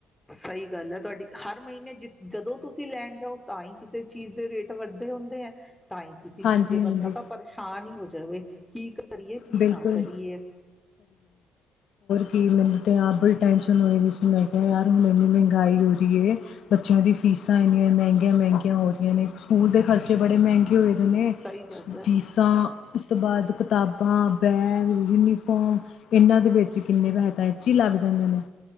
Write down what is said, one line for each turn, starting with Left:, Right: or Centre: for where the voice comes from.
Centre: ਸਹੀ ਗੱਲ ਹੈ ਤੁਹਾਡੀ ਹਰ ਮਹੀਨੇ ਜੈ ਜਦੋਂ ਤੁਸੀ ਤੁਸੀਂ ਲੈਣ ਜਾਓ ਤਾਂ ਹੀ ਕਿਸੇ ਚੀਜ਼ ਦੇ ਰੇਟ ਵੱਧਦੇ ਹੁੰਦੇ ਐ। ਤਾਂ ਹੀ ਕਿਸੇ
Left: ਹਾਂਜੀ-ਹਾਂਜੀ
Centre: ਚੀਜ਼ ਦੇ ਬੰਦਾ ਤਾਂ ਪਰੇਸ਼ਾਨ ਹੀ ਹੋ ਜਾਵੇ ਕੀ ਕਰੀਏ ਕੀ
Left: ਬਿਲਕੁਲ
Centre: ਨਾ ਕਰੀਏ।
Left: ਕਿ ਮੈਨੂੰ ਤਾਂ ਆਪ ਬੜੀ ਟੈਂਸ਼ਨ ਹੋਈ ਪਈ ਸੀ ਮੈਂ ਕਿਹਾ ਯਾਰ ਹੁਣ ਇੰਨੀ ਮਹਿੰਗਾਈ ਹੋ ਰਹੀ ਐ ਬੱਚਿਆਂ ਦੀ ਫੀਸਾਂ ਇੰਨੀਆਂ ਮਹਿੰਗੀਆਂ ਮਹਿੰਗੀਆਂ ਹੋ ਰਹੀਆਂ ਨੇ ਸਕੂਲ ਦੇ ਖਰਚੇ ਬੜੇ ਮਹਿੰਗੇ ਹੋਏ।
Centre: ਸਹੀ ਗੱਲ ਹੈ
Left: ਫੀਸਾਂ ਉਸ ਤੋਂ ਬਾਅਦ ਕਿਤਾਬ ਬਾ, ਬੈਗ, ਯੂਨੀਫੋਮ ਇਹਨਾਂ ਦੇ ਵਿੱਚ ਕਿੰਨੇ ਪੈਸੈ ਤਾਂ ਇਸ ਚ ਹੀ ਲੱਗ ਜਾਂਦੇ ਨੇ।